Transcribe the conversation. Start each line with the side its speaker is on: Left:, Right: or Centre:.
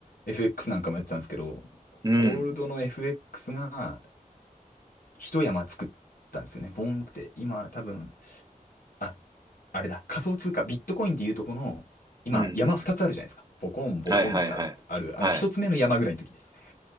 Left: FX なんかもやってたんですけど、
Right: うん。
Left: ゴールドの FX が一山作ったんですよね。ボンって、今多分、あ、あれだ、仮想通貨、ビットコインでいうとこの、今、
Right: うんうん。
Left: 山2つあるじゃないですか。ボコン、ボコンってあある、
Right: はいはいはい。
Left: あの、
Right: はい。
Left: 1つ目の山ぐらいの時です。